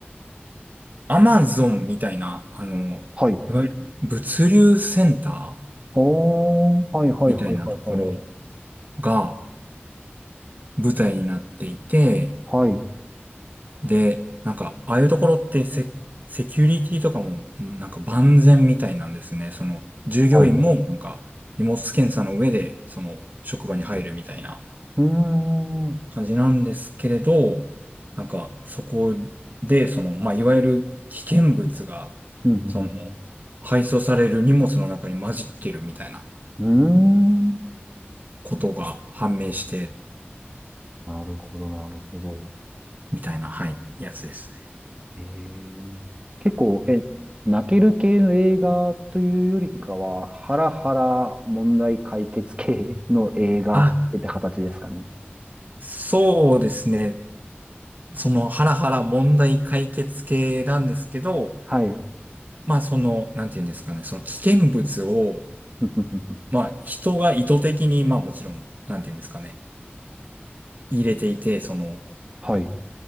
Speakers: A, on the right; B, on the right.
A: アマゾンみたいな、あの、
B: はい。
A: いわゆる物流センター
B: あー、はい、はい、
A: みたいなところ
B: はい、はい、はい。
A: が舞台になっていて、
B: はい。
A: で、なんか、ああいうところってセ、セキュリティとかも、うんなんか万全みたいなんですね。その、従業員も、
B: はい。
A: なんか、荷物検査の上で、その、職場に入るみたいな
B: うーん。うん
A: 感じなんですけれど、なんか、そこで、その、まあ、いわゆる危険物が、
B: うん
A: その、配送される荷物の中に混じってるみたいな
B: うんうん。うーん。
A: ことが判明して、
B: なるほど、なるほど。
A: みたいな、はい、やつですね。
B: えー、結構、え、泣ける系の映画というよりかは、ハラハラ問題解決系の映画って形ですかね。
A: あ、そうですね。そのハラハラ問題解決系なんですけど、
B: はい。
A: まあその、なんていうんですかね、その危険物を、
B: ふふふふ
A: まあ人が意図的に、まあもちろん、なんていうんですかね、入れていて、その、
B: はい。